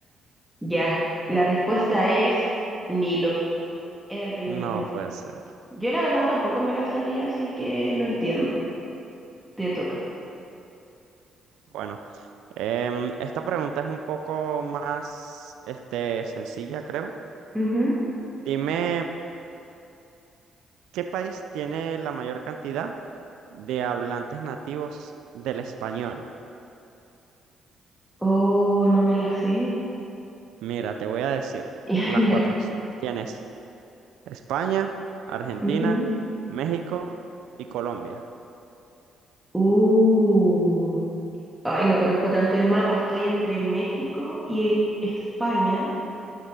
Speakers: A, in the centre; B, on the right (about 80°).
A: ya, la respuesta es Nilo. Era el río
B: No
A: Nilo
B: puede ser.
A: Yo la verdad tampoco me la sabía, así que lo entiendo. Te toca.
B: Bueno, em, esta pregunta es un poco más, este, sencilla, creo.
A: Ujú.
B: Dime, ¿qué país tiene la mayor cantidad de hablantes nativos del español?
A: Oh, no me la sé. <laughs>
B: Mira, te voy a decir
A: Ya,
B: las
A: ya.
B: cuatro opciones. Tienes España, Argentina,
A: Ujú.
B: México y Colombia.
A: Uh. Ay, no conozco tanto el mapa. Estoy entre México y España,